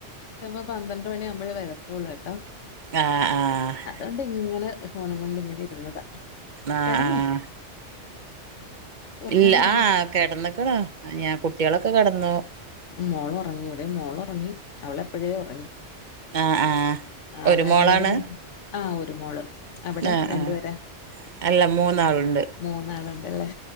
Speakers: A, on the left; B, on the right.
A: ചെപ്പ പന്ത്രണ്ടണിയാവുമ്പഴേ വര്ത്തുള്ളുട്ടോ
B: ആഹ് ആഹ്
A: ആണ്ട് ഇങ്ങനെ ഫോണും കൊണ്ട് ഇങ്ങനെ ഇരുന്നതാ
B: ആഹ്
A: കിടന്നോ
B: ആഹ്
A: ഉറങ്ങാൻ
B: ഇല്ല
A: കിടന്നോ
B: ആ കെടന്നെക്കണ് ഞാൻ കുട്ടികളക്കെ കെടന്നു
A: മോളൊറങ്ങി ഇവിടെം മോളൊറങ്ങി അവളെപ്പഴേ ഒറങ്ങി
B: ആഹ് ആഹ്
A: ആ
B: ഒരു
A: നേരം
B: മോളാണ്
A: മൊതല് ആഹ് ഒരു മോള് അവ്ടെ
B: ആഹ്
A: രണ്ട്പേരാ
B: ആഹ് അല്ല മൂന്നാളുണ്ട്
A: മൂന്നാളുണ്ടല്ലേ